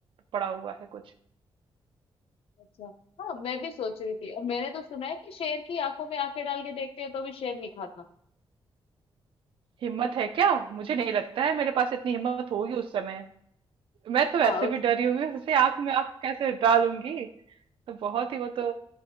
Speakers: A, on the right; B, on the left.
A: पड़ा हुआ है कुछ
B: अच्छा हाँ मैं भी सोच रही थी और मैंने तो सुना है कि शेर की आंखों में आंखें डाल के देखते हैं तो भी शेर नहीं खाता
A: हिम्मत है क्या मुझे नहीं लगता है मेरे पास इतनी हिम्मत होगी उस समय मैं तो वैसे
B: हाँ उस,
A: भी डरी हुई हूँ, जैसे आंख में आंख कैसे डालूंगी तो बहुत ही वो तो